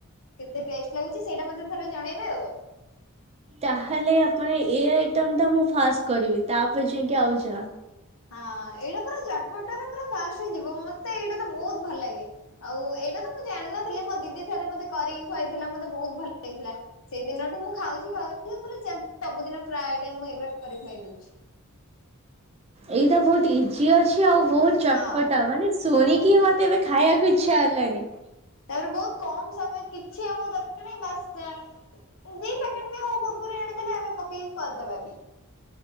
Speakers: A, on the left; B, on the right.
A: କେତେ ଟେଷ୍ଟ ଲାଗୁଛି ସେଇଟା ମୋତେ ଥରେ ଜଣେଇବେ ଆଉ
B: ତାହେଲେ ଆପଣ ଏ ଆଇଟମ୍ ଟା ମୁଁ ଫାଷ୍ଟ କରିବି ତାପରେ ଯାଇକି ଆଉ ଯାହା।
A: ହଁ ଏଇଟା ଚଟ୍ ପଟା ରେ ପୁରା ଫାଷ୍ଟ ହେଇଯିବ ମତେ ଏଇଟା ତ ବହୁତ ଭଲ ଲାଗେ। ଆଉ ଏଇଟା ତ ମୁଁ ଜାଣିନଥିଲି ମୋ ଦିଦି ଥରେ ମତେ କରିକି ଖୁଆଇଥିଲା ମତେ ବହୁତ ଭଲ ଲାଗିଥିଲା। ସେଇ ଦିନଠୁ ମୁଁ ଖାଉଛି ଖାଉଛି ସବୁଦିନ ପ୍ରାୟଟାଇମ୍ ମୁଁ ଏଗୁରା କରି ଖାଇଦଉଛି।
B: ଏଇଟା ବହୁତ ଇଜି ଅଛି ଆଉ ବହୁତ ଚଟପଟା
A: ହଁ
B: ମାନେ। ଶୁଣିକି ମତେ ଏବେ ଖାଇବାକୁ ଇଚ୍ଛା ହେଲାନି।
A: ତାପରେ ବହୁତ କମ୍ ସମୟ କିଛି ଆମକୁ ଦେଖାନି ବସ୍ ଏଆ ଉଇ ପ୍ୟାକେଟ ବି ହଉ କୁର୍ କୁରୀ ଆଣିଦେଲେ ଆମେ ପକେଇକି କରିଦବା କି?